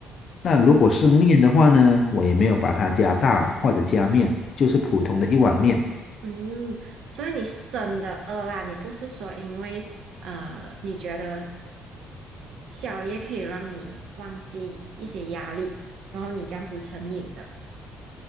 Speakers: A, on the left; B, on the right.
A: 那如果是面的话呢，我也没有把它加大或者加面，就是普通的一碗面。
B: 嗯，所以你是真的饿啦，你不是说因为呃你觉得小也可以让你忘记一些压力，然后你这样子成瘾的。